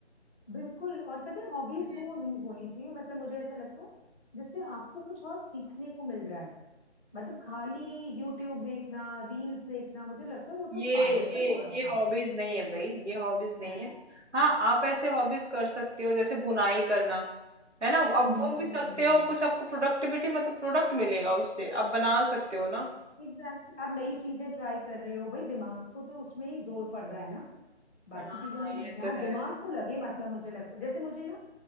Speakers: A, in the centre; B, on the right.
A: बिल्कुल और पता है हॉबीज
B: हम्म,
A: वो नहीं होनी चाहिए मतलब मुझे ऐसा लगता है जिससे आपको कुछ और सीखने को मिल रहा है मतलब खाली यूट्यूब देखना रील्स देखना मुझे लगता है वो
B: ये
A: तो पागलपन
B: ये
A: हो रहा था
B: ये हॉबीज नहीं है भाई ये हॉबीज नहीं
A: है
B: है
A: ना
B: हाँ आप ऐसे हॉबीज कर सकते हो जैसे बुनाई करना है ना आप
A: हम्म
B: बुन भी सकते हो कुछ आपको प्रोडक्टिविटी मतलब प्रोडक्ट मिलेगा उससे आप बना सकते हो ना
A: एग्जैक्टली आप नई चीजें ट्राई कर रहे हो भाई दिमाग को तो उसमें ही जोर पड़ रहा है ना बाकी
B: हाँ
A: चीजों में
B: ये
A: तो जहाँ
B: तो है
A: दिमाग तो लगे मतलब मुझे लगता है जैसे मुझे ना